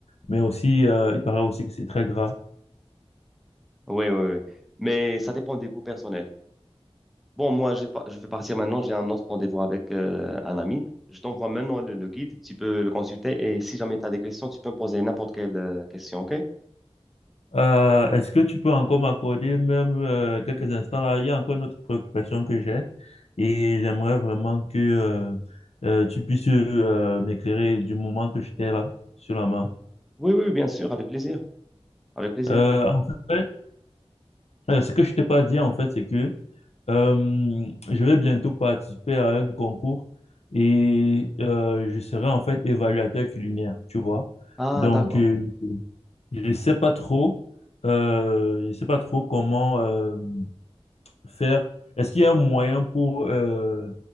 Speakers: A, on the left (about 80°); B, in the centre.
A: Mais aussi, euh, il paraît aussi que c'est très gras.
B: Oui, oui, oui. Mais ça dépend des goûts personnels. Bon, moi, j'ai pas, je vais partir maintenant. J'ai un autre rendez-vous avec euh, un ami. Je t'envoie maintenant le, le guide. Tu peux le consulter. Et si jamais tu as des questions, tu peux me poser n'importe quelle euh, question, OK?
A: Euh, est-ce que tu peux encore m'accorder même euh, quelques instants là? Il y a encore une autre préoccupation que j'ai et j'aimerais vraiment que euh, euh, tu puisses euh, m'éclairer du moment que j'étais là sur la main.
B: Oui, oui, bien sûr, avec plaisir. Avec plaisir.
A: Euh, en fait, euh, ce que je t'ai pas dit en fait, c'est que euh, je vais bientôt participer à un concours et euh, je serai en fait évaluateur culinaire, tu vois.
B: Ah,
A: Donc,
B: d'accord.
A: euh, je sais pas trop, euh, je sais pas trop comment. euh, faire? Est-ce qu'il y a un moyen pour euh,